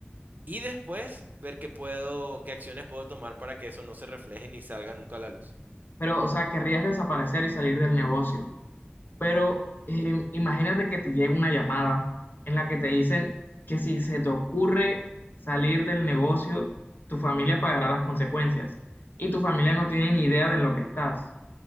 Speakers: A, on the right; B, on the left.
A: y después ver qué puedo, qué acciones puedo tomar para que eso no se refleje ni salga nunca a la luz.
B: Pero, o sea, querrías desaparecer y salir del negocio. Pero eh, imagínate que te llega una llamada en la que te dicen que si se te ocurre salir del negocio, tu familia pagará las consecuencias y tu familia no tiene ni idea de en lo que estás.